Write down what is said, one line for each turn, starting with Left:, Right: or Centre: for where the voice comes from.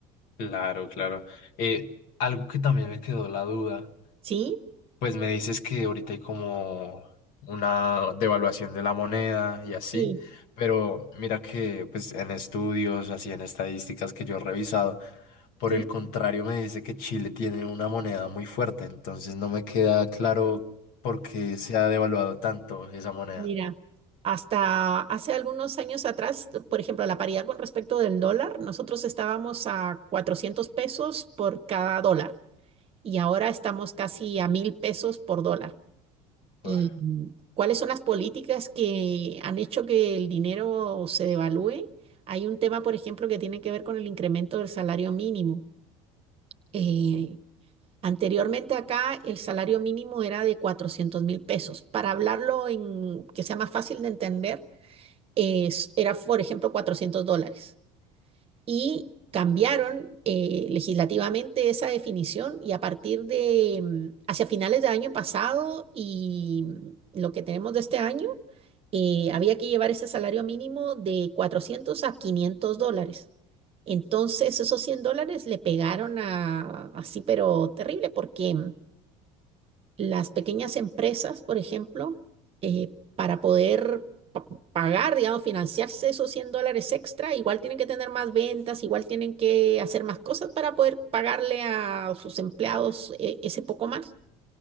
Left: claro, claro. Eh, algo que también me quedó la duda.
Right: ¿Sí?
Left: Pues me dices que ahorita hay como una devaluación de la moneda y así,
Right: Sí,
Left: pero mira que pues en estudios, así en estadísticas que yo he revisado, por
Right: sí.
Left: el contrario me dice que Chile tiene una moneda muy fuerte, entonces no me queda claro por qué se ha devaluado tanto esa moneda.
Right: Mira, hasta hace algunos años atrás, por ejemplo, la paridad con respecto del dólar, nosotros estábamos a 400 pesos por cada dólar y ahora estamos casi a 1000 pesos por dólar. ¿Y
Left: Uf,
Right: mm, cuáles son las políticas que han hecho que el dinero se devalúe? Hay un tema, por ejemplo, que tiene que ver con el incremento del salario mínimo. Eh, Anteriormente acá el salario mínimo era de cuatrocientos mil pesos. Para hablarlo en que sea más fácil de entender, es- era, por ejemplo, 400 dólares. Y cambiaron eh, legislativamente esa definición y a partir de, mm, hacia finales del año pasado y mm, lo que tenemos de este año, eh, había que llevar ese salario mínimo de 400 a 500 dólares. Entonces, esos 100 dólares le pegaron a, así, pero terrible, porque... mm, las pequeñas empresas, por ejemplo, eh, para poder pa- pagar, digamos, financiarse esos 100 dólares extra, igual tienen que tener más ventas, igual tienen que hacer más cosas para poder pagarle a sus empleados eh, ese poco más.